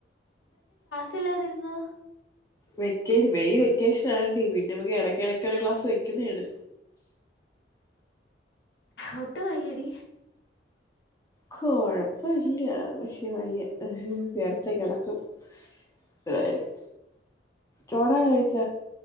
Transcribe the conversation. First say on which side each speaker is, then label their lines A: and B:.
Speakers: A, on the left; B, on the left.
A: ചെല്ലാതിരുന്നു
B: വെക്കേ മെയ് വെക്കേഷനായോണ്ട് പിന്നെ എടക്കെടക്കെ ഒരു ക്ലാസ്സ് വെക്ക്യൂന്നാണ്
A: ഒട്ടും വയ്യടി
B: കൊഴപ്പ ഇല്ല പക്ഷെ വയ്യ നേർത്തെ കെടക്കും എതായാലും ചോറൊക്കെ കഴിച്ച